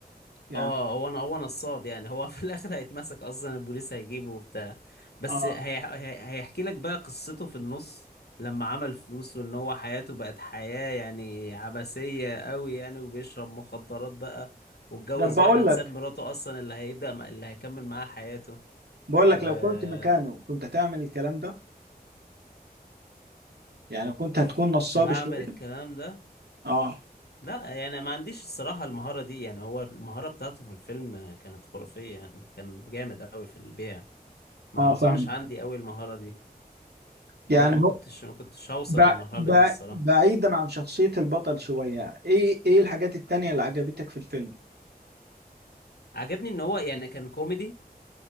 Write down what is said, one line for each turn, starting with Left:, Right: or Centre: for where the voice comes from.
Right: يعني
Left: اه هو انا هو نصاب يعني هو <laughs> في الاخر هيتمسك اصلا البوليس هيجيبه وبتاع بس
Right: آه
Left: هي... هي... هيحكي لك بقى قصته في النص لما عمل فلوس وان هو حياته بقت حياة يعني عبثية قوي يعني وبيشرب مخدرات بقى واتجوز
Right: ده بقول
Left: واحدة تساب
Right: لك
Left: مراته اصلا اللي هيبدأ اللي هيكمل معاها حياته
Right: بقول
Left: وكنت
Right: لك لو كنت مكانه كنت هتعمل الكلام ده يعني كنت هتكون نصاب
Left: هعمل
Right: شوية
Left: الكلام ده
Right: آه
Left: لا يعني ما عنديش الصراحة المهارة دي يعني هو المهارة بتاعته في الفيلم آه، كانت خرافية يعني كان جامد قوي في البيع ما
Right: آه
Left: اظنش
Right: فاهمك
Left: عندي قوي المهارة دي
Right: يعني
Left: لا ما
Right: هو
Left: كنتش ما كنتش هوصل
Right: بع...
Left: للمرحلة
Right: بع...
Left: دي الصراحة
Right: بعيدا عن شخصية البطل شوية إيه إيه الحاجات التانية اللي عجبتك في الفيلم؟
Left: عجبني ان هو يعني كان كوميدي